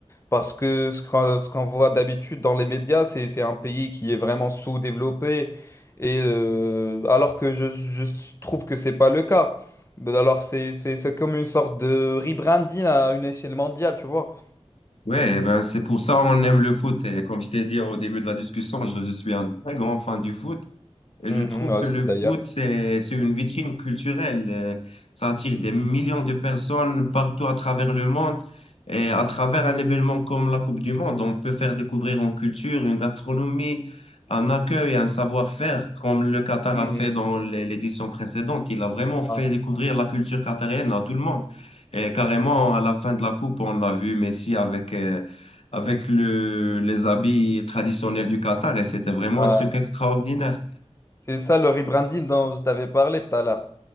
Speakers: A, on the left; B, on the left.
A: Parce que ce qu'on ce qu'on voit d'habitude dans les médias, c'est, c'est un pays qui est vraiment sous-développé, et euh, alors que je, je trouve que c'est pas le cas. Mais Alors c'est c'est- c'est comme une sorte de rebranding à une échelle mondiale, tu vois.
B: Ouais, eh ben, c'est pour ça on aime le foot. Et comme je t'ai dit au début de la discussion, je, je suis un très grand fan du foot. Et
A: Mhm,
B: je trouve
A: ouais,
B: que
A: aussi
B: le
A: d'ailleurs.
B: foot, c'est, c'est une vitrine culturelle. Euh, Ça attire des millions de personnes partout à travers le monde. Et à travers un événement comme la Coupe du Monde, on peut faire découvrir une culture, une gastronomie, un accueil, un savoir-faire, comme le Qatar
A: Mhm.
B: a fait dans l'é- l'édition précédente. Il a vraiment fait
A: Ouais, ouais.
B: découvrir la culture qatarienne à tout le monde. Et carrément, à la fin de la Coupe, on a vu Messi avec, euh, avec le, les habits traditionnels du Qatar et c'était vraiment
A: Ouais.
B: un truc extraordinaire.
A: C'est ça le rebranding dont je t'avais parlé tout à l'heure.